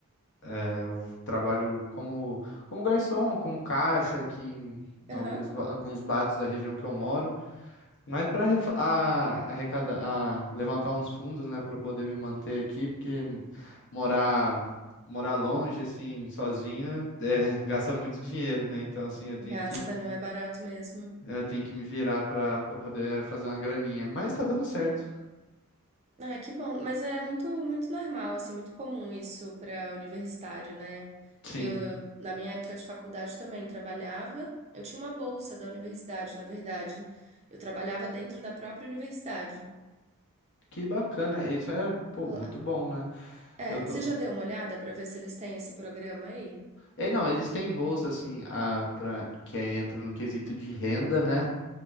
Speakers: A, on the left (about 55°); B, on the right (about 30°).
A: É, Eu trabalho como, como garçom, como caixa aqui
B: Aham.
A: em alguns, ba- alguns bares da região que eu moro. Mas para arrecadar, a- levantar uns fundos, né, para eu poder me manter aqui, porque morar morar longe assim, sozinho, é, <laughs> gasta muito dinheiro, né? Então assim, eu tenho
B: Gasta,
A: que
B: não é barato mesmo.
A: eu tenho que me virar para para poder fazer uma graninha. Mas tá dando certo.
B: Ah, que bom. Mas é muito, muito normal, assim, muito comum isso para universitário, né?
A: Sim.
B: Eu, eu, na minha época de faculdade também trabalhava. Eu tinha uma bolsa da universidade, na verdade. Eu trabalhava dentro da própria universidade.
A: Que bacana, isso é, pô,
B: Lá-
A: muito bom, né?
B: É,
A: Eu tô.
B: você já deu uma olhada para ver se eles têm esse programa aí?
A: É, não, eles têm bolsa assim, a para que é- entra no quesito de renda, né?